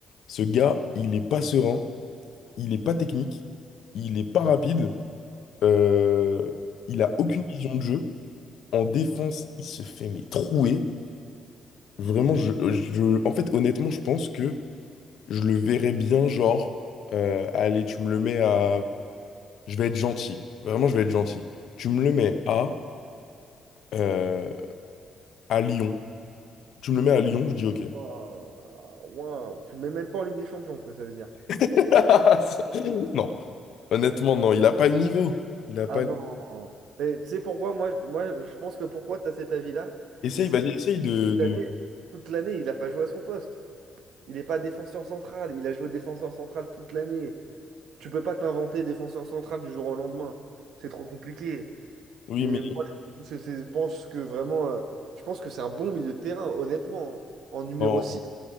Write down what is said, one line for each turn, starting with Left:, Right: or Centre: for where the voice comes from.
Left: ce gars, il est pas serein, il est pas technique, il est pas rapide, euh, il a aucune vision de jeu. En défense, il se fait mais trouer. Vraiment, je, je- en fait, honnêtement, je pense que je le verrais bien, genre, euh, allez, tu me le mets à, je vais être gentil. Vraiment, je vais être gentil. Tu me le mets à, euh, à Lyon. Tu me le mets à Lyon, je dis ok.
Right: Waouh, waouh. Tu le mets même pas en Ligue des Champions, quoi, ça veut dire.
Left: <laughs> Non, honnêtement, non, il a pas le niveau. Il a pas.
Right: Ah non. Mais tu sais pourquoi, moi, je- moi, je pense que pourquoi tu as cet avis-là?
Left: Essaye,
Right: Mais c'est
Left: vas-y,
Right: parce
Left: essaye de,
Right: que toute
Left: de-
Right: l'année, toute l'année, il n'a pas joué à son poste. Il n'est pas défenseur central. Il a joué défenseur central toute l'année. Tu peux pas t'inventer défenseur central du jour au lendemain. C'est trop compliqué.
Left: Oui,
Right: Et
Left: mais
Right: moi, c'est- c'est- je pense que vraiment, euh, je pense que c'est un bon milieu de terrain, honnêtement. hein. En numéro
Left: non.
Right: six